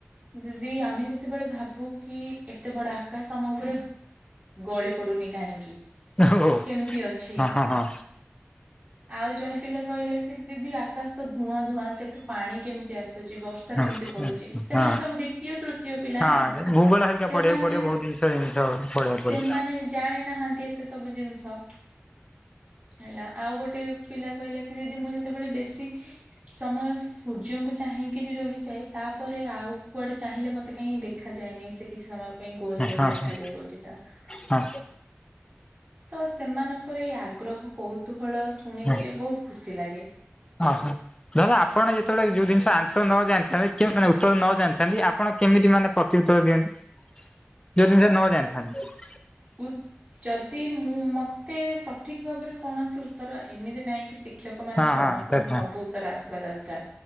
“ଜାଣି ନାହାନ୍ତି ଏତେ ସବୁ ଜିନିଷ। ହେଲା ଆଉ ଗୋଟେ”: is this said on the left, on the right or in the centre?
Right